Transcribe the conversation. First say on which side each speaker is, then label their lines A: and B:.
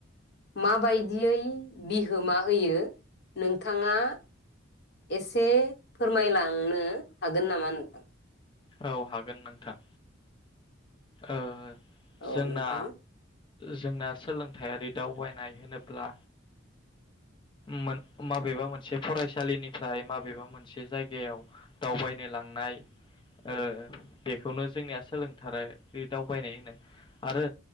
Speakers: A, on the left (about 55°); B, on the left (about 25°).
A: माबायदियै बिहोमा होयो नोंथाङा एसे फोरमायलांनो हागोन नामा नोंथां?
B: औ हागोन नोंथां। ओ
A: औ
B: जोंना
A: नोंथां
B: जोंना सोलोंथायारि दावबायनाय होनोब्ला मोन माबेबा मोनसे फरायसालिनिफ्राय माबेबा मोनसे जायगायाव दावबायनो लांनाय ओ बेखौनो जोंनिया सोलोंथाराइरि दावबायनाय होनो। आरो